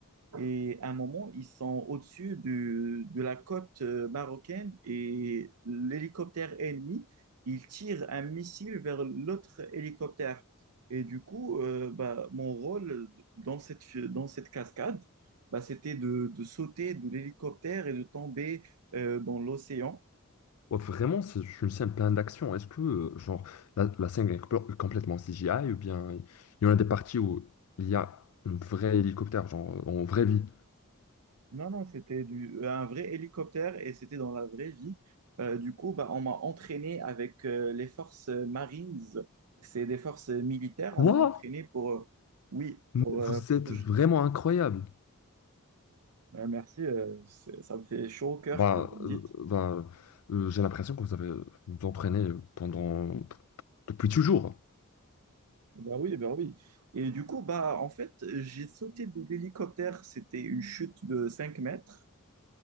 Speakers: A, on the right; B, on the left.
A: Et à un moment, ils sont au-dessus du- de la côte euh, marocaine et l'hélicoptère ennemi, il tire un missile vers l'autre hélicoptère. Et du coup, euh, bah, mon rôle dans cette, dans cette cascade, bah, c'était de, de sauter de l'hélicoptère et de tomber euh, dans l'océan.
B: Ouais, vraiment, c'est une scène pleine d'action. Est-ce que euh, genre la, la scène est compl- complètement CGI ou bien il y en a des parties où il y a un vrai hélicoptère, genre en vraie vie?
A: Non, non, c'était du, un vrai hélicoptère et c'était dans la vraie vie. Euh, du coup, bah, on m'a entraîné avec euh, les forces Marines. C'est des forces militaires.
B: Quoi?
A: On m'a entraîné pour, euh, oui,
B: Mais
A: pour,
B: vous
A: euh, pour,
B: êtes
A: euh,
B: vraiment incroyable.
A: merci, euh, c'est- ça me fait chaud au cœur
B: Bah,
A: que vous le dites.
B: euh, bah, euh, j'ai l'impression que vous avez vous entraîné pendant depuis toujours.
A: Bah oui, bah oui. Et du coup, bah, en fait, j'ai sauté de l'hélicoptère. C'était une chute de 5 mètres.